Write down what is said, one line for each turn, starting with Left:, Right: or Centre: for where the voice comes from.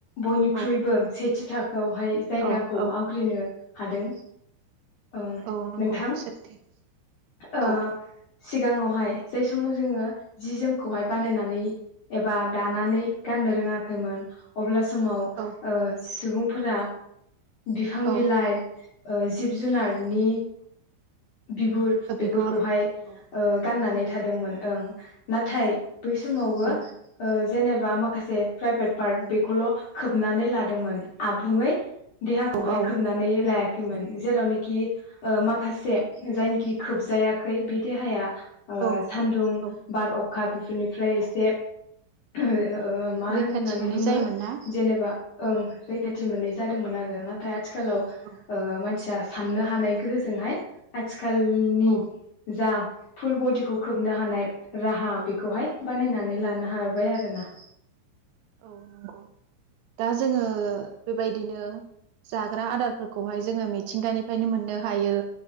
Left: बयनिख्रुइबो
Right: औ
Left: सेथ जिथाख खौहाय जायगाखौ
Right: औ औ
Left: आव नो हादों। ओ
Right: औ नंगौ
Left: नोंथां
Right: सोरथि
Left: ओ
Right: औ
Left: सिगाङावहाय जाय समाव जोङो जि जोमखौहाय बानायनानै एबा दानानै गाननो रोङाखैमोन अब्ला ज समाव
Right: औ
Left: ओ सुबुंफोरा बिफां
Right: औ
Left: बिलाइ ओ जिब जुनार नि बिगुर
Right: औ
Left: बेफोरखौहाय
Right: बिगुर औ
Left: ओ गाननानै थादोंमोन ओं नाथाय बै समावबो
Right: औ
Left: ओ जेनेबा माखासे प्राइभेट पार्ट बेखौल' खोबनानै लादोंमोन आबुंङै देहाखौहाय
Right: औ औ
Left: खोबनानै लाया खैमोन जेरावनि कि ओ
Right: औ
Left: माखासे जायनोखि खोबजायाखै बे देहाया ओ
Right: औ
Left: सान्दुं
Right: औ
Left: बार अख अखा बेफोरनिफ्राय एसे ओ ओ ओ मा
Right: रैखाथि
Left: होननानै
Right: मोनै
Left: बुङो
Right: जायोमोन ना
Left: जेनेबा ओं
Right: औ
Left: रैखाथि मोनै जादोंमोन आरो नाथाय आथ आथिखालाव
Right: औ
Left: ओमानसिया साननो हानाय गोहोजोंहाय आथि आथिखालनि
Right: औ
Left: जा फुल बडिखौ खोबनो हानाय राहाम बेखौहाय
Right: औ
Left: बानायनानै लानो हाबाय आरोना
Right: औ नंगौ दा जोङो बेबायदिनो जाग्रा आदारफोरखौहाय जोङो मिथिंगानिफ्रायनो मोननो हायो